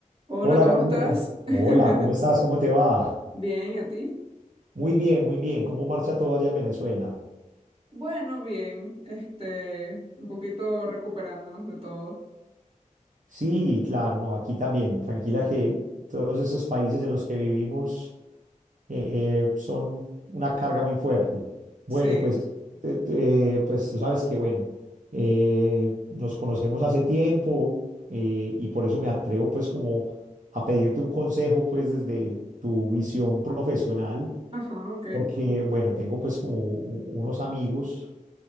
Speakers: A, on the right (about 45°); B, on the right (about 70°).
A: Hola,
B: Hola,
A: ¿cómo
B: Gaviota.
A: estás? <laughs>
B: Hola, ¿cómo estás? ¿Cómo te va?
A: Bien, ¿y a ti?
B: Muy bien, muy bien. ¿Cómo marcha todo allá en Venezuela?
A: Bueno, bien, este, un poquito recuperándonos de todo.
B: Sí, claro, no, aquí también. Tranquila que todos estos países en los que vivimos eh, eh, son una carga muy fuerte. Bueno,
A: Sí,
B: pues, te- te- eh, pues tú sabes que, bueno, eh, nos conocemos hace tiempo eh, y por eso me atrevo pues como a pedirte un consejo pues desde tu visión profesional.
A: ajá, ok,
B: porque, bueno, tengo pues como u- unos amigos